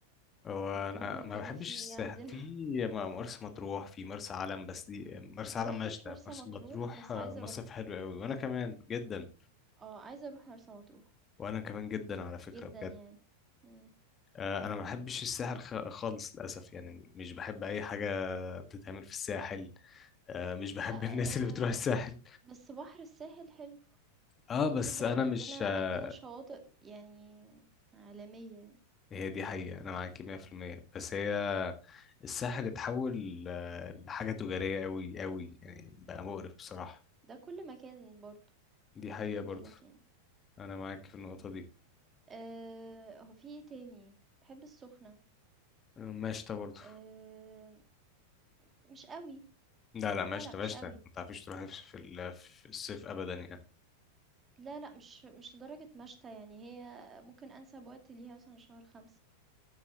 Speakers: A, on the left; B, on the right.
A: هو
B: فكرني
A: انا ما
B: كده
A: بحبش
B: في ايه
A: الساحل
B: عندنا
A: في
B: <laughs>
A: م- مرسى مطروح في مرسى علم بس دي مرسى
B: ما
A: علم
B: روحتش
A: مشتى
B: مرسى
A: مرسى
B: مطروح
A: مطروح
B: بس
A: آه،
B: عايزه
A: مصيف
B: اروح
A: حلو قوي وانا كمان جدا
B: اه عايزه اروح مرسى مطروح
A: وانا كمان جدا على فكره
B: جدا
A: بجد
B: يعني مم.
A: آه، انا ما بحبش الساحل خ- خالص للاسف يعني مش بحب اي حاجه بتتعمل في الساحل آه، مش بحب
B: لا
A: <laughs> الناس اللي بتروح الساحل
B: آه بس بحر الساحل حلو
A: اه
B: حلو
A: بس
B: جدا
A: انا
B: عندنا
A: مش آه،
B: عندنا شواطئ يعني عالمية
A: هي دي حقيقه انا معاكي 100% بس هي الساحل اتحول آه، لحاجه تجاريه قوي قوي يعني بقى مقرف بصراحه
B: ده كل مكان برضو
A: دي
B: خلي
A: حقيقه برضه
B: بالك يعني
A: انا معاك في النقطه دي
B: آه هو في ايه تاني بحب السخنة
A: مشتى برضه
B: آه مش قوي
A: لا لا مشتى
B: لا لا مش
A: مشتى
B: قوي
A: ما تعرفيش تروحي في في ال- في الصيف ابدا يعني
B: لا، لأ، مش مش لدرجة مَشْتَى، يعني هي ممكن أنسب وقت ليها مثلًا شهر 5